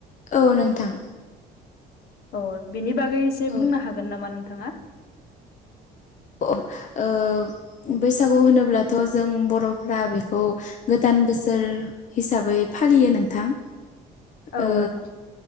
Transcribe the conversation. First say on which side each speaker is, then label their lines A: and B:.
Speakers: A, on the left; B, on the left.
A: औ नोंथां
B: औ बिनि बागै एसे
A: औ
B: बुंनो हागोन नामा नोंथाङा?
A: अ ओ बैसागु होनोब्लाथ' जों बर'फ्रा बेखौ गोदान बोसोर हिसाबै फालियो नोंथां
B: औ
A: ओ
B: नोंथां